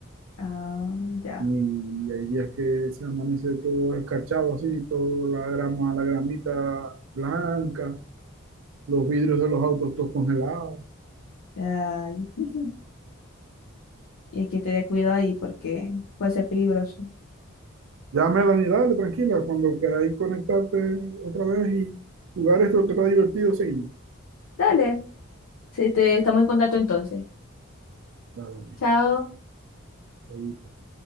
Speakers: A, on the left (about 90°); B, on the right (about 65°).
A: Ah, ya.
B: Y, y hay días que se amanece todo escarchado así, toda la grama, la gramita blanca, los vidrios de los autos todos congelados.
A: Ay, <laughs> Y hay que tener cuidado ahí porque puede ser peligroso.
B: Ya, Melanie, dale, tranquila. Cuando queráis conectarte otra vez y jugar esto que está divertido, seguimos.
A: Dale, sí, te- estamos en contacto entonces.
B: Dale,
A: Chao.
B: ahí.